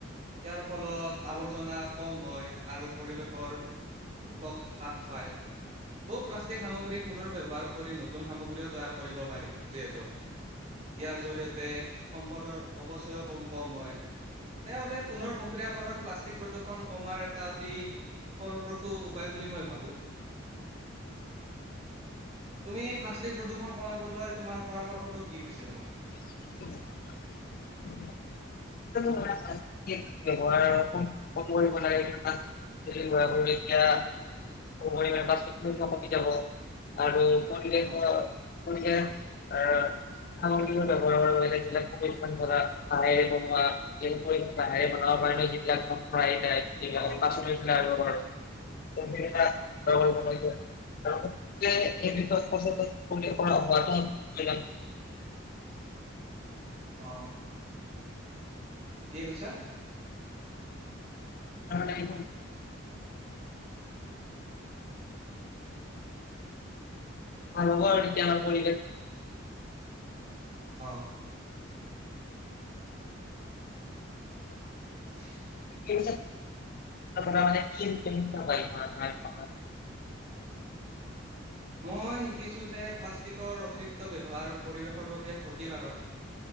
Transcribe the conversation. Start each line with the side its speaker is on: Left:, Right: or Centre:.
Right: ইয়াৰ ফলত আৱৰ্জনা কম হয় আৰু পৰিৱেশৰ দুোখক হ্ৰাস পায় বহু প্লাষ্টিক সামগ্ৰী পুননৰ ব্যৱহাৰ কৰি ন নতুন সামগ্ৰীও তৈয়াৰ কৰিব পাৰি যিহেতু ইয়াৰ জৰি়য়তে সম্পদৰ অৱচয় কম হয় সেইবাবে পুনৰ প্ৰক্ৰিয়াকৰণ পা প্লাষ্টিক প্ৰদূষণ কমাৰ এটা অতি ফলপ্ৰসূ উপায় বুলি মই ভাবোঁ <inaudible> তুমি প্লাষ্টিক প্ৰদূষণ কমাবলৈ তোমাৰ পৰামৰ্শটো কি পছে তোমাৰ
Left: উম ৱহাৰ কম কৰিব লাগে কৰো তেতিয়া কমি যাব আৰু কৰি
Right: অ',
Left: ক়িয় সামগ্ৰী ব্যৱহাৰ যিলাক হহ বাহেৰে বনাব পাৰি ন
Right: অ',
Left: ধ পাচেলাইিব পাৰো তম জৱ গমাই এই <unintelligible>
Right: <inaudible> অ কি কৈছা
Left: যদি আ নলে মভৱ
Right: <inaudible> অ
Left: <unintelligible>
Right: <inaudible>
Left: এই মানে <unintelligible>
Right: মই শিকিছোঁ যে প্লাষ্টিকৰ অতিৰিক্ত ব্যৱহাৰ পৰিৱেশৰ বাবে ক্ষতিকাৰক